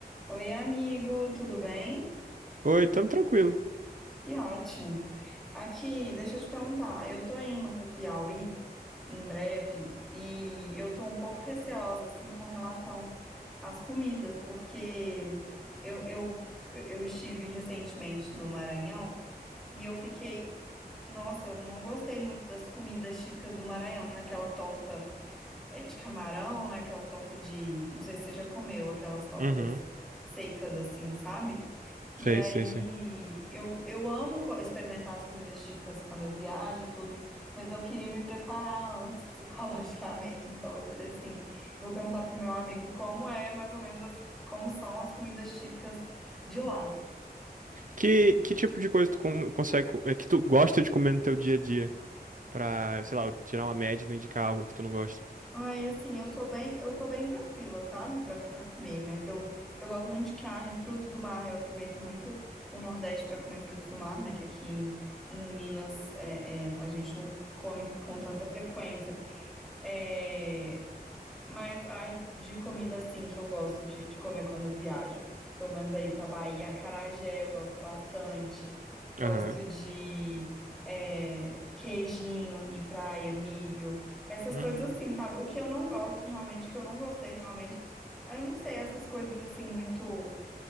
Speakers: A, in the centre; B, on the right.
A: Oi, amigo, tudo bem?
B: Oi, tamo tranquilo.
A: Que ótimo. Aqui, deixa eu te perguntar, eu tô indo pro Piauí em breve e eu tô um pouco receosa, assim, com relação às comidas, porque eu, eu, eu estive recentemente no Maranhão e eu fiquei, nossa, eu não gostei muito das comidas típicas do Maranhão, que é aquela torta. é de camarão, né? Aquela torta de. Não sei se você já comeu aquelas tortas
B: Uhum.
A: secas assim, sabe?
B: Sei,
A: E aí
B: sei, sei.
A: eu, eu amo co- experimentar as comidas típicas quando eu viajo e tudo, mas eu queria me preparar antes <laughs> psicologicamente, então eu falei assim, vou perguntar pro meu amigo como é mais ou menos as- como são as comidas típicas de lá.
B: Que, que tipo de coisa tu com- consegue, co- é que tu gosta de comer no teu dia a dia? Pra, sei lá, eu tirar uma média e não indicar algo que tu não gosta.
A: Ai, assim, eu sou bem, eu sou bem tranquila, sabe, Pra para comer, mas eu, eu gosto muito de carne, frutos do mar, eu aproveito muito o Nordeste pra comer frutos do mar, né, que aqui em, em Minas é, é, a gente não come com tanta frequência. É, mas, ai, de comida assim que eu gosto de, de comer quando eu viajo. Pelo menos aí pra Bahia, acarajé eu gosto bastante. Gosto
B: Aham.
A: de é, queijinho de praia, milho, essas
B: Hum.
A: coisas assim, sabe? O que eu não gosto realmente, o que eu não gostei realmente, ah, eu não sei, essas coisas assim muito